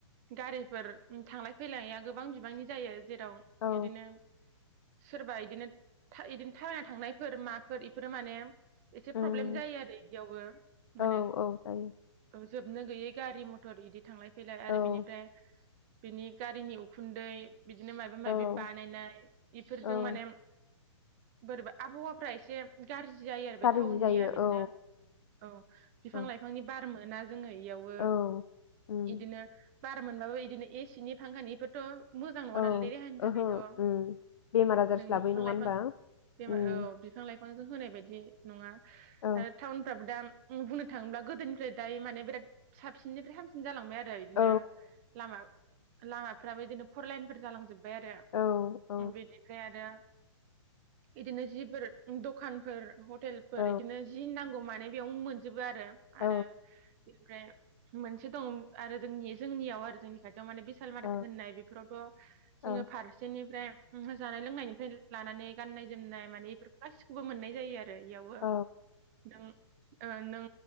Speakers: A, on the right; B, on the left.
A: गारिफोर थांलाय फैलाया ओ गोबां बिबांनि जायो जेराव
B: औ
A: बिदिनो सोरबा इदिनो इदिनो थाबायना थांनायफोर माफोर बेफोरो माने एसे
B: उम
A: प्रब्लेम जायो आरो इदियावबो
B: औ
A: माने
B: औ जायो
A: जोबनो गैयै गारि मटर इदि थांलाय फैलाय आरो
B: औ
A: बिनिफ्राय बिनि गारिनि उखुन्दै बिदिनो मायबा
B: औ
A: मायबि बानायनाय इफोरजों
B: औ
A: माने बोरैबा आबहावाफ्रा एसे गाज्रि जायो आरो
B: गाज्रि
A: बे टाउननिया
B: जायो
A: बिदिनो
B: औ
A: औ बिफां
B: औ
A: लाइ <unintelligible> मोना जोङो इयावबो
B: औ उम
A: इदिनो बार मोनबाबो इदिनो एसिनि फांखानिखोथ' मोजां नङा
B: औ
A: नालाय देहानि थाखायथ'
B: ओहो
A: औ
B: उम बेमार आजारसो
A: जोंनि
B: लाबोयो
A: बिफां
B: नङा
A: लाइफां
B: होनबा
A: बेमार
B: उम
A: औ बिफां लाइफांजों होनाय बायदि नङा
B: औ
A: आरो टाउनफ्राबो दा उम बुंनो थाङोब्ला गोदोनिफ्राय दायो माने बिराद साबसिननिफ्राय हामसिन जालांबाय आरो बिदिनो
B: औ
A: लामा लामाफ्राबो बिदिनो फर लाइनफोर जालांजोब बाय आरो
B: औ औ
A: बेनिफ्राय आरो इदिनो जिफोर दखानफोर ह टेलफोर
B: औ
A: इदिनो जि नांगौ मा बेयावनो मोनजोबो आरो आरो
B: औ
A: ओमफ्राय मोनसे दं आरो जोंनि जोंनियाव आरो जोंनि खा थियाव माने बिसाल मार्केट
B: औ
A: होननाय बेफोरावथ'
B: औ
A: जोङो फारसेनिफ्राय जानाय लोंनायनिफ्राय लानानै गाननाय जोमनाय माने बेफोरखौ गासिखौबो मोननाय जायो इयावबो
B: औ
A: नों ओ नों